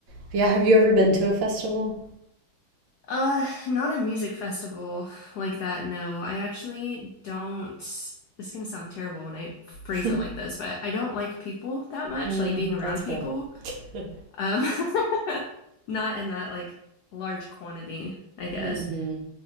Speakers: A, on the right (about 75°); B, on the left (about 85°).
A: But yeah have you ever been to a festival
B: Uh, not a music festival like that, no. I actually don't. This is gonna sound terrible when I phrase
A: <laughs>
B: it like this, but I don't like people that much,
A: mm,
B: like being around
A: that's fair
B: people.
A: <laughs>
B: Um, <laughs> not in that like large quantity, I guess.
A: mm-hmm